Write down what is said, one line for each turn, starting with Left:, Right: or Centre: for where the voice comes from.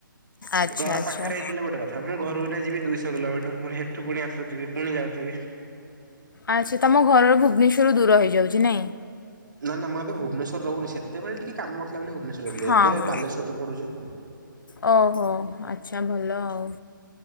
Left: ଆଚ୍ଛା
Right: ଘର
Left: ଆଚ୍ଛା
Right: ପାଖରେ ହେଇଥିଲେ ଗୋଟେ କ ଥା ମୁଁ ଘରୁ ଏଇନା ଯିବି ଦୁଇଶହ କିଲୋମିଟର ପୁଣି ସେଠୁ ପୁଣି ଆସୁଥିବି ପୁଣି ଯାଉଥିବି।
Left: ଆଚ୍ଛା ତୁମ ଘରର ଭୁବନେଶ୍ୱରରୁ ଦୂର ହେଇଯାଉଛି ନାଇଁ।
Right: ନା ନା ମୁଁ ଏବେ ଭୁବନେଶ୍ୱରରେ ରହୁନି ସେତେବେଳେ ଟିକେ କାମ ଥିଲା ବୋଲି ଭୁବନେଶ୍ୱରରେ ଥିଲି
Left: ହଁ
Right: ଏବେ
Left: ହଁ
Right: ବାଲେଶ୍ଵରେ ପଢୁଚି।
Left: ଓହୋ ଆଚ୍ଛା ଭଲ ଆଉ।